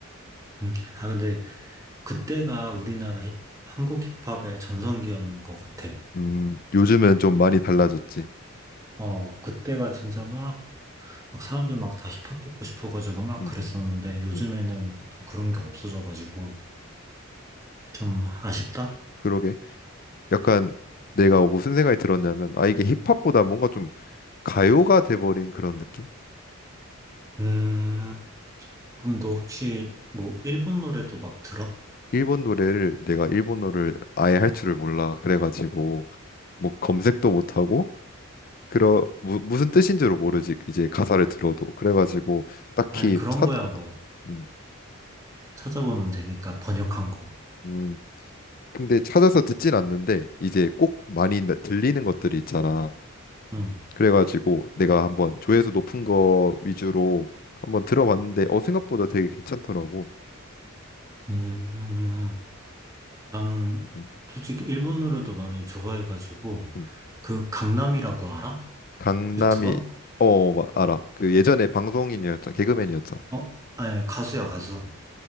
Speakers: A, on the right; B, on the left.
A: 음. 아, 근데 그때가 우리나라 힙, 한국 힙합의 전성기였는 것 같아.
B: 음, 요즘은 좀 많이 달라졌지.
A: 어, 그때가 진짜 막, 막 사람들 막 다 힙합 듣고 싶어가지고 막
B: 음,
A: 그랬었는데
B: 음,
A: 요즘에는
B: 음.
A: 좀 그런 게 없어져가지고 좀 아쉽다?
B: 그러게. 약간 내가 무슨 생각이 들었냐면, 아, 이게 힙합보다 뭔가 좀 가요가 돼버린 그런 느낌?
A: 음, 그럼 너 혹시 뭐 일본 노래도 막 들어?
B: 일본 노래를, 내가 일본어를 아예 할 줄을 몰라. 그래가지고, 뭐 검색도 못하고, 그러, 무, 무슨 뜻인 줄을 모르지. 이제 가사를 들어도. 그래가지고, 딱히
A: 아니, 그런
B: 찾,
A: 거야 뭐
B: 음,
A: 찾아보면 되니까 번역한 거.
B: 음, 근데 찾아서 듣진 않는데 이제 꼭 많이 나- 들리는 것들이 있잖아.
A: 응.
B: 그래가지고 내가 한번 조회수 높은 거 위주로 한번 들어봤는데 어 생각보다 되게 괜찮더라고.
A: 음, 나는
B: 음,
A: 솔직히 일본 노래도 많이 좋아해가지고
B: 음.
A: 그 강남이라고 알아?
B: 강남이
A: 유튜버?
B: 어 마- 알아. 그 예전에 방송인이었잖아. 개그맨이었잖아.
A: 어? 아니, 가수야, 가수.